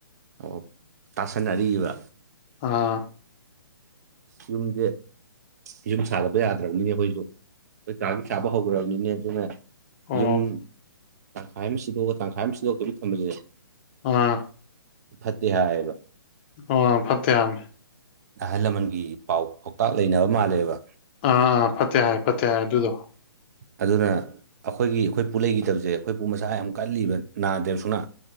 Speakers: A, on the right; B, on the left.
A: ꯑꯣ ꯇꯥꯁꯟꯅꯔꯤꯕ
B: ꯑꯥ
A: ꯌꯨꯝꯗꯦ ꯌꯨꯝ ꯁꯥꯗꯕ ꯌꯥꯗ꯭ꯔꯕꯅꯤꯅꯦ ꯑꯩꯈꫭꯏꯁꯨ ꯑꯩꯈꯣꯏ ꯀꯥꯡꯒꯤ ꯁꯥꯕ ꯍꯧꯈ꯭ꯔꯕꯅꯤꯅꯦ ꯑꯗꯨꯅ
B: ꯑꯣ
A: ꯌꯨꯝ ꯇꯪꯈꯥꯏ ꯑꯃ ꯁꯤꯗꯣꯛꯑꯥ ꯇꯪꯈꯥꯏ ꯑꯃ ꯁꯤꯗꯣꯛꯇꯕꯤ ꯊꯝꯕꯖ‌ꯦ
B: ꯑꯥ
A: ꯐꯠꯇ‌ꯦ ꯍꯥꯏꯕ
B: ꯑꯣ ꯐꯠꯇꯦ ꯍꯥꯝꯃꯦ
A: ꯑꯍꯜ ꯂꯃꯟꯒꯤ ꯄꯥꯎ ꯄꯥꯎꯇꯥꯛ ꯂꯩꯅꯕ ꯃꯥꯜꯂꯦꯕ
B: ꯑꯥ ꯐꯠꯇꯦ ꯍꯥꯏ ꯐꯠꯇꯦ ꯍꯥꯏ ꯑꯗꯨꯗꯣ
A: ꯑꯗꯨꯅ ꯑꯩꯈꯣꯏꯒꯤ ꯑꯩꯈꯣꯏ ꯄꯨ ꯂꯩꯈꯤꯗꯕꯁꯦ ꯑꯩꯈꯣꯏ ꯄꯨ ꯃꯁꯥ ꯌꯥꯝ ꯀꯜꯂꯤꯕ ꯅꯥꯗꯦꯕ ꯁꯨꯛꯅ